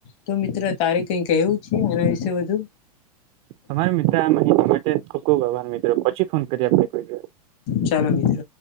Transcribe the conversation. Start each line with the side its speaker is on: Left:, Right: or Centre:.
Left: તો મિત્ર તારે કઈ કહેવું છે એના વિશે વધુ?
Right: તમારા મિત્ર આ માહિતી માટે મિત્રો પછી ફોન કરી આપે કોઈ દ
Left: ચાલો મિત્ર.